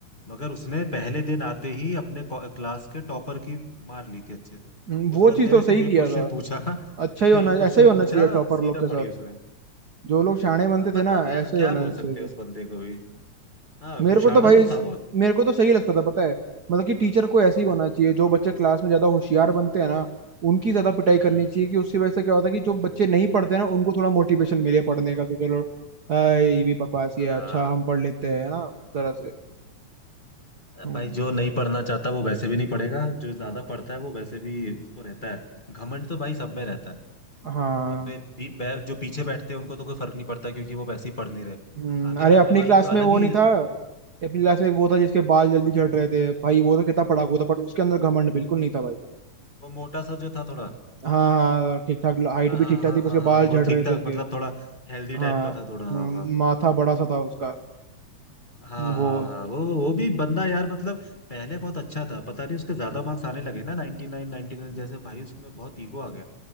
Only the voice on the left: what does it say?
मगर उसने पहले दिन आते ही अपने को- क्लास के टॉपर की मार ली थी अच्छे से
उस
बंदे
ने
सिर्फ
एक क्वेश्चन
पूछा
<laughs>
एक क्वेश्चन
पूछा
सीधा
पड़ी उसमें
अब बंदा
अब यार
क्या
बोल
सकते
हैं उस बंदे को भी हाँ
वो
शाना
तो
था बहुत
हम्म
हम्म
हाँ
अ,
भाई जो नहीं पढ़ना चाहता वो वैसे भी नहीं पढ़ेगा जो ज्यादा पढ़ता है वो वैसे भी उसको रहता है घमंड तो भाई सब में रहता है
अपने भी, बै, जो पीछे बैठते हैं उनको तो कोई फर्क नहीं पड़ता क्योंकि वो वैसे ही पढ़ नहीं रहे
आगे बैठने
वालों
का अलग
ही
वो मोटा सा जो था थोड़ा
हाँ
हाँ
हाँ हाँ
हाँ,
वो
ठीक
ठाक
मतलब थोड़ा हेल्दी
टाइप का था थोड़ा
हाँ
हाँ
हाँ हाँ हाँ वो वो भी बंदा यार मतलब पहले बहुत अच्छा था पता नहीं उसके ज्यादा मार्क्स आने लगे ना 99 99 जैसे भाई उसमें बहुत ईगो आ गया